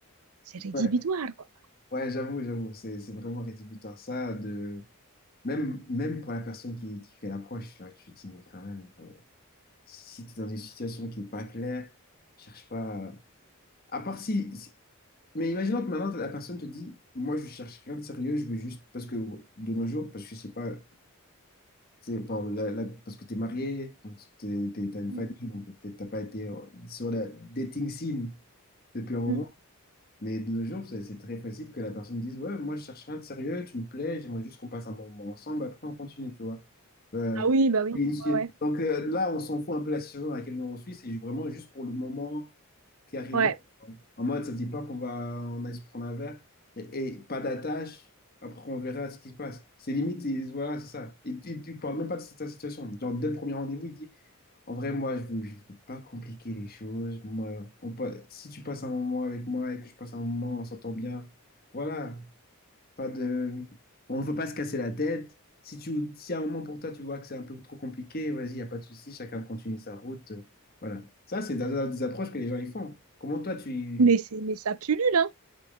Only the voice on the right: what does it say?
c'est rédhibitoire,
quoi.
Mm,
mm.
Ah oui, bah oui.
Ouais,
ouais.
Ouais.
Mais c'est, mais ça pullule, hein.